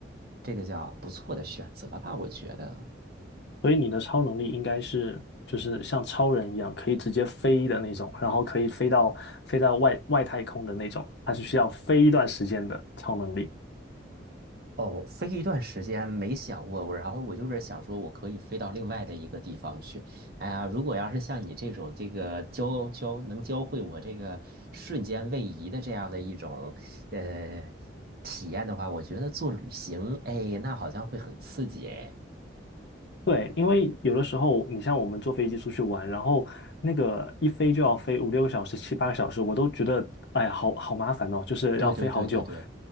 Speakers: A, on the right; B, on the left.
A: 这个叫不错的选择吧，我觉得。
B: 所以你的超能力应该是就是像超人一样，可以直接飞的那种，然后可以飞到飞到外外太空的那种，它是需要飞一段时间的超能力。
A: 哦，飞一段时间没想过，我然后我就是想说，我可以飞到另外的一个地方去。哎呀，如果要是像你这种这个教教能教会我这个瞬间位移的这样的一种呃体验的话，我觉得做旅行，哎，那好像会很刺激，哎。
B: 对，因为有的时候你像我们坐飞机出去玩，然后那个一飞就要飞五六个小时、七八个小时，我都觉得哎呀，好好麻烦哦，就是要飞好久。
A: 对对对对对。